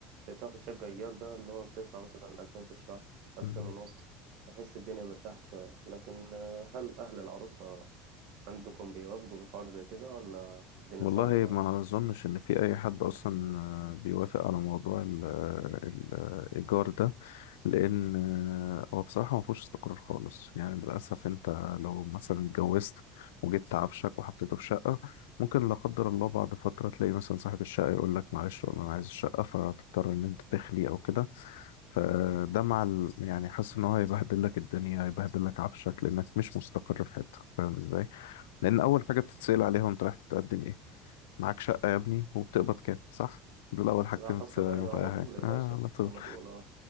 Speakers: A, on the right (about 65°); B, on the left (about 80°).
A: تاخد شقة إيجار ده اللي هو بتدفع مثلا ألفين في الشهر ألفين
B: مم.
A: ونص تحس الدنيا مرتاحة شوية لكن آه، هل أهل العروسة عندكم بيوافقوا بالحوار زي كده ولا الدنيا
B: والله
A: صعبة معاهم؟
B: ما اظنش ان في اي حد اصلا آه، بيوافق على موضوع ال- آه، ال- الايجار ده لان آه، هو بصراحه ما فيهوش استقرار خالص يعني للاسف انت لو مثلا اتجوزت وجبت عفشك وحطيته في شقه ممكن لا قدر الله بعد فتره تلاقي مثلا صاحب الشقه يقول لك معلش والله انا عايز الشقه فتضطر ان انت تخلي او كده فده مع ال... يعني حاسس ان هو هيبهدل لك الدنيا هيبهدل لك عفشك لانك مش مستقر في حته فاهم ازاي لان اول حاجه بتتسال عليها وانت رايح تقدم إيه؟ معاك شقة يا ابني وبتقبض كام صح؟ دول أول حاجتين
A: لا حصل
B: بتسألهم
A: أيوة
B: في
A: على
B: أي حاجة
A: طول يا باشا
B: آه على طول
A: على طول آه.